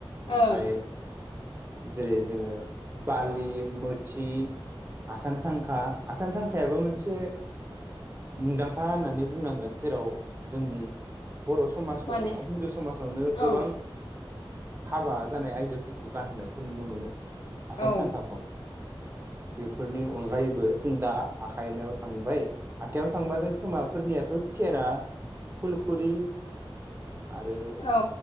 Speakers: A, on the right (about 25°); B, on the left (about 80°).
A: ओमफ्राय
B: ओं
A: जेरै जोङो बालि मोथि आसानसांखा आसानसांखायाबो मोनसे मुंदांखा होननानै बुंनांगोन जेराव जोंनि बर' समाजल'
B: माने
A: नङा हिन्दु समाजावनो गोबां
B: ओं
A: हाबा जानाय आइजोफोरखौ गानहोनाय खौ नुनो मोनो आसान
B: औ
A: सांखाखौ बेफोरनि अनगायैबो जों दा आखाइयाव थांबाय आखाइयाव थांबा जों खोमाफोरनियाथ' खेरा फुलखुरि आरो
B: औ